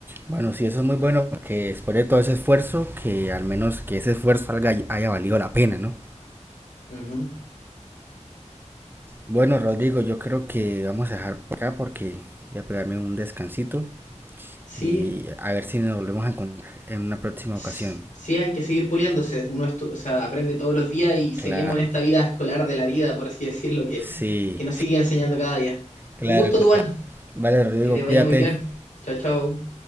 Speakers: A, on the right (about 15°); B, on the left (about 85°).
A: Bueno, sí, eso es muy bueno, que después de todo ese esfuerzo, que al menos que ese esfuerzo salga haya valido la pena, ¿no?
B: Ujú.
A: Bueno, Rodrigo, yo creo que vamos a dejar por acá porque voy a pegarme un descansito.
B: Sí,
A: Y a ver si nos volvemos a encontrar en una próxima
B: s-
A: ocasión.
B: sí hay que seguir puliéndose. Uno estu- o sea, aprende todos los días y seguimos
A: Claro,
B: en esta vida escolar de la vida, por así decirlo, que,
A: sí.
B: que nos sigue enseñando cada día.
A: Claro,
B: Un gusto,
A: claro.
B: Duván.
A: Vale, Rodrigo,
B: Que te vaya
A: cuídate.
B: muy bien. Chao, chao.